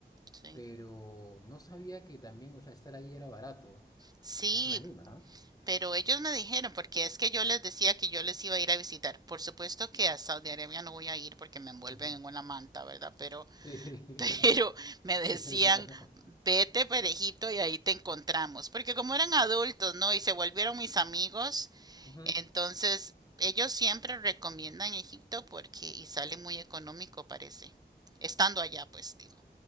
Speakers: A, on the right; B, on the left.
A: sí.
B: pero no sabía que también, o sea, estar ahí era barato.
A: Sí,
B: Eso me anima, ¿ah?
A: pero ellos me dijeron, porque es que yo les decía que yo les iba a ir a visitar. Por supuesto que a Saudi Arabia no voy a ir porque me envuelven
B: Ujú.
A: en una manta, ¿verdad? Pero,
B: Sí,
A: <laughs> pero
B: <laughs>
A: me
B: sí,
A: decían,
B: es verdad.
A: vete para Egipto y ahí te encontramos. Porque como eran adultos, ¿no? Y se volvieron mis amigos,
B: Ujú.
A: entonces ellos siempre recomiendan Egipto porque y sale muy económico, parece. Estando allá, pues digo.